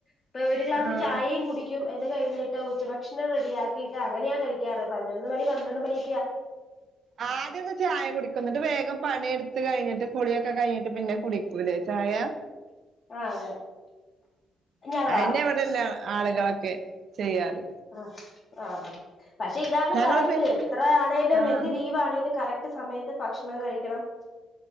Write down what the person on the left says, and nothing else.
അപ്പൊ ഒരു ഗ്ലാസ്‌
ചായീം കുടി അത് കഴിഞ്ഞിട്ട് ഉച്ചഭക്ഷണം റെഡിയാക്കിയിട്ട് അങ്ങനെയാ കഴിക്കാറ് പതിനൊന്ന് മണി പന്ത്രണ്ട് മണി
ആഹ് അതെ ഞങ്ങളാ
ആഹ് ആഹ് ആ പക്ഷെ ഇതാണ്
കറക്റ്റ്
എത്ര ആണേലും
എന്ത് ലീവ് ആണേലും കറക്റ്റ് സമയത്ത് ഭക്ഷണം കഴിക്കണം